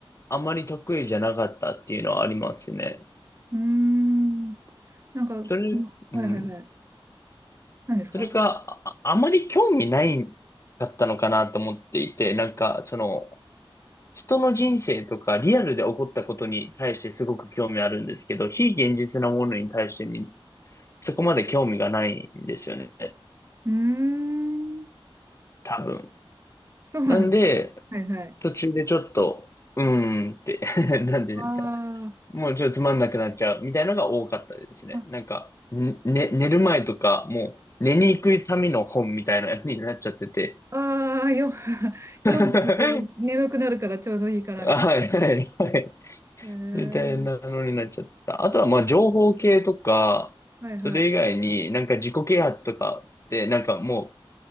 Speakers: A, on the left; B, on the right.
A: あまり得意じゃなかったっていうのはありますね。
B: うーん。なんか、
A: それ、
B: うんはいはいはい。
A: うん。
B: 何ですか
A: それか、あ、あまり興味ないかったのかなと思っていて、なんか、その、人の人生とかリアルで起こったことに対してすごく興味あるんですけど、非現実なものに対してに、そこまで興味がないんですよね。
B: うーん。
A: 多分。
B: <laughs> そうなんです。
A: なんで、
B: はいはい。
A: 途中でちょっと、うーんって <laughs> なんていうんですか。
B: あ
A: もうちょっとつまんなくなっちゃうみたいなのが多かったですね。
B: あ、
A: なんか、んね、寝る前とか、もう寝に行くための本みたいなのになっちゃってて。
B: ああー、よ、<laughs> 読んでると眠くなるからちょうどいいからみたい
A: <laughs> はいはいはい。
B: な。へ
A: みたいなのになっちゃった。
B: え。
A: あとはまあ情報系とか、
B: はいはい。
A: それ以外になんか自己啓発とかってなんかも